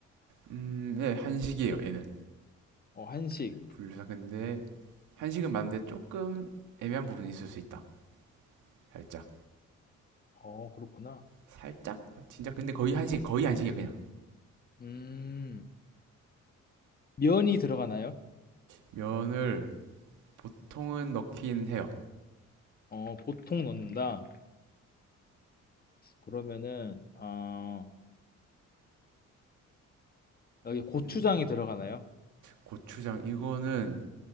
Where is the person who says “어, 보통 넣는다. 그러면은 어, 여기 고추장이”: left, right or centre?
Left